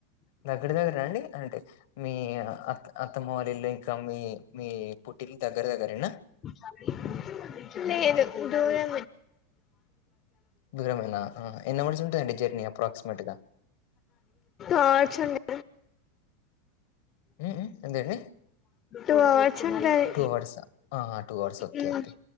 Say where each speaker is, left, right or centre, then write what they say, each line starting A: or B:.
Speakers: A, on the left (about 70°); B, on the left (about 35°).
A: దగ్గర దగ్గర అండి అంటే మీ అత్త అత్తమ్మవళ్ళిలో ఇంకా మీ మీ పుట్టిలు దగ్గర దగ్గరేనా
B: చ లేదు దూరమె
A: దూరమేనా ఎన్న అవర్స్ ఉంటయి అండి జర్నీ అప్రాక్సిమేట్ గా
B: ఆ వచ్చిండే
A: ఉహ్ ఎంటాది
B: టూ వచ్చింటది
A: అవర్స్ ఆహా టూ అవర్స్ ఓకే
B: ఉ
A: ఓకే